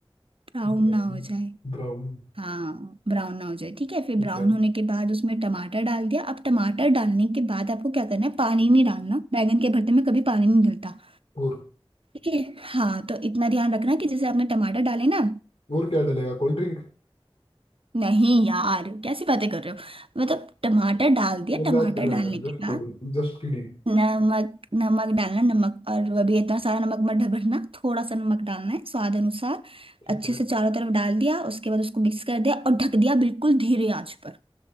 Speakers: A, on the right; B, on the left.
A: ब्राउन
B: Brown
A: ना हो जाए
B: brown
A: हाँ ब्राउन ना हो जाए ठीक है फिर
B: ठीक
A: ब्राउन
B: है
A: होने के बाद उसमें टमाटर डाल दिया अब टमाटर डालने के बाद आपको क्या करना है पानी नहीं डालना बैंगन के भरते में कभी पानी नहीं डलता
B: और
A: ठीक है हाँ तो इतना ध्यान रखना कि जैसे आपने टमाटर डाले ना
B: और क्या डलेगा कोल्ड ड्रिंक
A: नहीं यार कैसी बातें कर रहे हो मतलब टमाटर डाल दिया
B: मजाक
A: टमाटर
B: कर रहे
A: डालने
B: हो यार जस्ट
A: के बाद
B: कोल्ड जस्ट किडिंग
A: नमक नमक डालना नमक और वो भी इतना सारा नमक मत भरना थोड़ा सा नमक डालना है स्वाद अनुसार
B: ठीक
A: अच्छे
B: है
A: से चारों तरफ डाल दिया उसके बाद उसको मिक्स कर दिया और ढक दिया बिल्कुल धीरे आंच पर